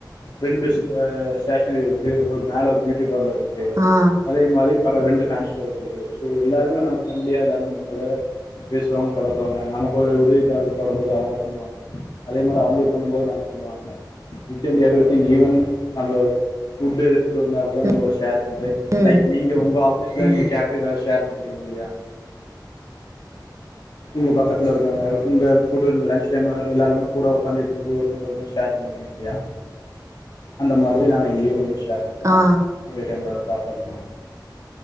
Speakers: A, on the left; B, on the right.
A: ரெண்டுஹ ஸ்டேஷனரி இருக்கு ஒரு மேல ஒரு பியூட்டி பார்லர் இருக்கு
B: ஆ
A: அதே மாரி அத ரெண்டு ஃபான்ஷது ஸோ எல்லாருமே நம்ம ஃப்ரெண்ட்லியாக எல்லாரரும் நம்ம கூட பேசுவாங்க பழக்கவாங்க நமக்கு ஒரு உதவி தேவ போடும்போது அவங்க பண்ணுவாங்க அதே மாதிரி அவங்களுக்கு பண்ணும்போது நம பண்ணுவாங்க each and everything even நம்ம ஃபுட்டு் எடுத்துகிட்டு வந்தால் கூட
B: ம்
A: நம்ம பட்டு
B: ம்
A: லைக் நீங்க உங்க ஆபீஸ்
B: ம்
A: நீங்க கேபி ஏதாவது ஷேர் பண்ணி இருக்கிங்கல்லா உங்க பக்கத்தில் இருக்கங்க உங்க லட்ஞ் டைம்ல எல்லாருமே கூட ஒக்கார்ந்திற்றிக்கு போது அந்த மாதிரிதான் ஷேர் பண்ணிக்குவோம்
B: ஆ
A: ஒரே டைமல அது சாப் <unintelligible>